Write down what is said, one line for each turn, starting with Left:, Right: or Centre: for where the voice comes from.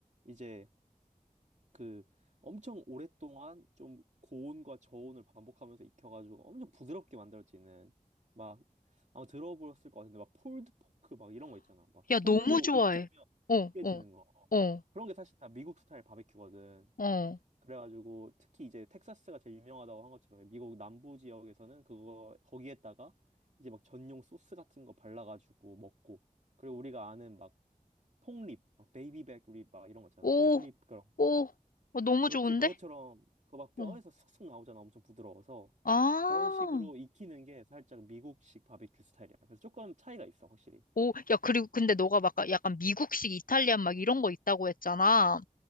Right: 이제 그 엄청 오랫동안 좀 고온과 저온을 반복하면서 익혀가지고 엄청 부드럽게 만들어지는 막 아마 들어보셨을 것 같은데 막 폴드 포크 막 이런 거 있잖아. 막 손으로
Left: 야, 너무 좋아해.
Right: 으깨면
Left: 어,
Right: 으깨지는
Left: 어,
Right: 거.
Left: 어,
Right: 그런 게 사실 다 미국 스타일 바베큐거든.
Left: 어.
Right: 그래가지고 특히 이제 텍사스가 제일 유명하다고 한 것처럼 미국 남부 지역에서는 그거 거기에다가 이제 막 전용 소스 같은 거 발라가지고 먹고 그리고 우리가 아는 막 폭립, 막 베이비백 립 막 이런 거 있잖아.
Left: 오,
Right: 폭립 그런
Left: 오. 어, 너무
Right: 그렇게
Left: 좋은데?
Right: 그것처럼 그 막 뼈에서
Left: 응.
Right: 쑥쑥 나오잖아. 엄청 부드러워서
Left: 아.
Right: 그런 식으로 익히는 게 살짝 미국식 바베큐 스타일이야. 그래서 조금 차이가 있어, 확실히.
Left: 오, 야, 그리고 근데 너가 막 약간 미국식 이탈리안 막 이런 거 있다고 했잖아.